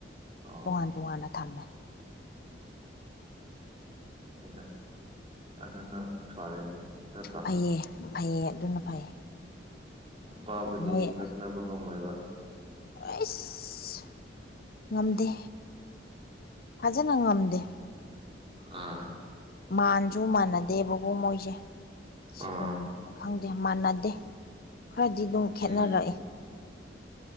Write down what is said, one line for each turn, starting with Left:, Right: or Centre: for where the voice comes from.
Right: ꯑꯣ
Left: ꯇꯣꯉꯥꯟ ꯇꯣꯉꯥꯟꯅ ꯊꯝꯃꯦ
Right: ꯑꯣꯗ ꯑꯗꯨꯅ ꯐꯔꯦ ꯅꯠꯇ꯭ꯔꯥ
Left: ꯐꯩꯌꯦ ꯐꯩꯌꯦ ꯑꯗꯨꯅ ꯐꯩ
Right: ꯎꯝ ꯅꯨꯄꯥꯕꯨꯗꯤ
Left: ꯃꯣꯏꯣꯏ
Right: ꯂꯛꯅꯕ ꯉꯝꯃꯣꯏꯕ
Left: ꯑꯁ ꯉꯝꯗꯦ ꯐꯖꯅ ꯉꯝꯗꯦ
Right: ꯑꯥ
Left: ꯃꯥꯟꯁꯨ ꯃꯥꯟꯅꯗꯦꯕꯀꯣ ꯃꯣꯏꯁꯦ ꯁꯤꯒꯨꯝꯪ
Right: ꯑꯥ
Left: ꯦ ꯃꯥꯟꯅꯗꯦ ꯈꯔꯗꯤ ꯑꯗꯨꯝ ꯈꯦꯠꯅꯔꯛꯑꯦ
Right: ꯎꯝ